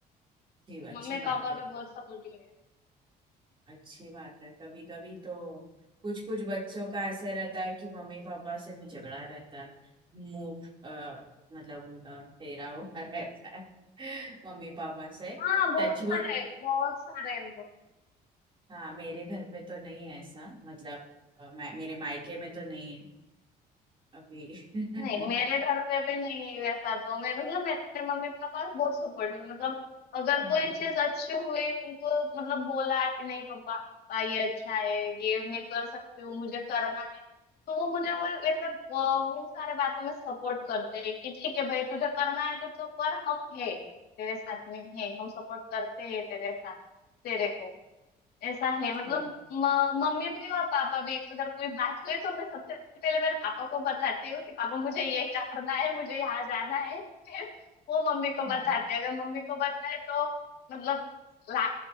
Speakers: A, on the right (about 30°); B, on the left (about 65°).
A: अच्छी
B: मम्मी
A: बात
B: पापा
A: है
B: भी बहुत सपोर्टिव है
A: अच्छी बात है कभी कभी तो कुछ कुछ बच्चों का ऐसे रहता है कि मम्मी पापा से भी झगड़ा रहता है मुंह अ, मतलब उनका फेरा हुआ <laughs> रहता है मम्मी पापा से
B: हाँ बहुत
A: टचवुड
B: सारे बहुत सारे हैं
A: हाँ मेरे घर पे तो नहीं है ऐसा मतलब अ, मैं मेरे मायके में तो नहीं है अभी <laughs>
B: नहीं मेरे घर पे भी नहीं है वैसा तो मेरे मतलब मेरे मम्मी पापा बहुत सपोर्टिव मतलब अगर
A: हाँ
B: कोई चीज अच्छी हुई उनको मतलब बोला कि नहीं पापा पापा ये अच्छा है ये मैं कर सकती हूँ मुझे करना है तो वो मुझे वो वैसे वो, वो सारे बातें में सपोर्ट करते हैं कि ठीक है भाई तुझे करना है तो तू कर हम है तेरे साथ में है हम सपोर्ट करते हैं तेरे साथ तेरे को ऐसा है
A: ठीक
B: मतलब म- मम्मी भी और पापा भी अगर कोई बात हुई तो मैं सबसे पहले मेरे पापा को बताती हूँ कि पापा मुझे ये करना है मुझे यहाँ जाना है फिर वो मम्मी को बताते
A: है।
B: हैं अगर मम्मी को बताए तो मतलब ला